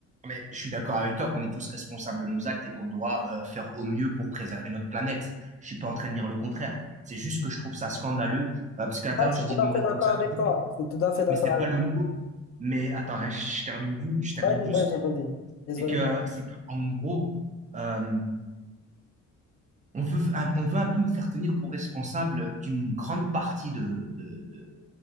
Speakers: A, on the right; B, on the left.
A: mais je suis d'accord avec toi qu'on est tous responsables de nos actes et qu'on doit euh, faire au mieux pour préserver notre planète. Je suis pas en train de dire le contraire. C'est juste que je trouve ça scandaleux. euh, parce qu'à l'intérieur,
B: Ouais, je
A: j'ai
B: suis
A: dit
B: tout
A: de
B: à
A: nous
B: fait
A: responsabiliser,
B: d'accord avec toi.
A: mais,
B: Je suis tout à fait d'accord
A: mais c'est
B: avec
A: pas
B: toi.
A: le mot. Mais attends, hein, je je termine, ju- je termine
B: Vas-y,
A: juste.
B: vas-y, vas-y. Désolé
A: C'est que,
B: pour.
A: c'est que, en gros, euh, on veut, un- on veut un peu nous faire tenir pour responsables d'une grande partie de, de, de,